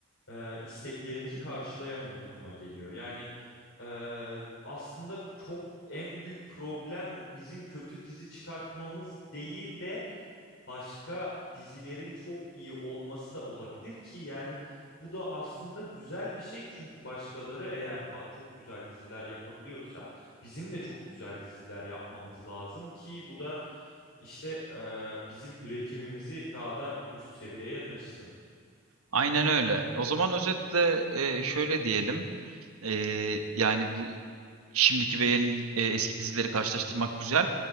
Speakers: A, on the left; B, on the right.
A: e, isteklerimizi karşılayamıyor duruma geliyor. Yani e, aslında çok en büyük problem bizim kötü dizi çıkartmamız değil de başka dizilerin çok iyi olması da olabilir ki yani bu da aslında güzel bir şey çünkü başkaları eğer fa- çok güzel diziler yapabiliyorsa bizim de çok güzel diziler yapmamız lazım ki bu da işte e, bizim üretimimizi daha da üst seviyeye taşısın.
B: Aynen öyle. O zaman özetle eee, şöyle diyelim. Eee, yani bu şimdiki ve yeni e, eski dizileri karşılaştırmak güzel.